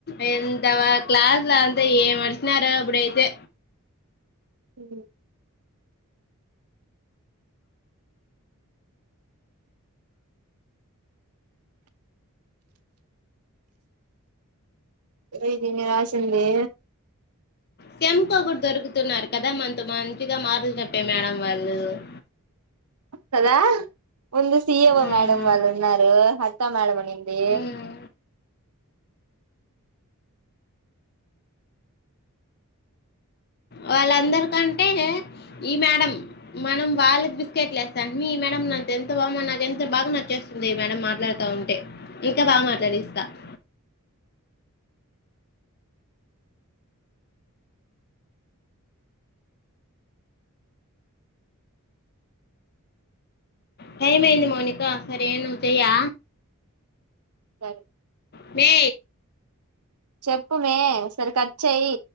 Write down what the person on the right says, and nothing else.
ఉ ఇదేంది ఇన్ని గాసింది
కదా ముందు సిఏఓ
మేడం వాళ్ళు ఉన్నారు హరితా మేడం వునింది
సరే
చెప్పుమే సరే కట్ చెయ్